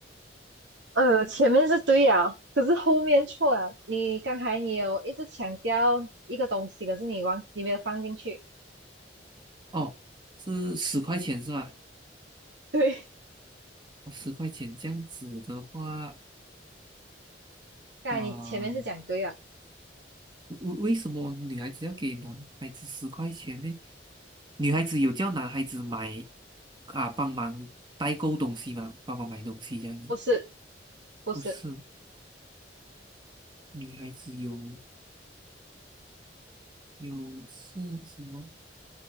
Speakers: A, on the right; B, on the right.
A: 呃，前面是对啊，可是后面错了。你刚才你有一直强调一个东西，可是你忘，你没有放进去。
B: 哦，是十块钱是吧？
A: <laughs> 对，
B: 哦，十块钱这样子的话，
A: 刚才你前面是讲对啊，
B: 啊、为为什么女孩子要给男孩子十块钱呢？女孩子有叫男孩子买啊，帮忙代购东西吗？帮忙买东西这样子？
A: 不是，不是。
B: 不是，女孩子有有是什么？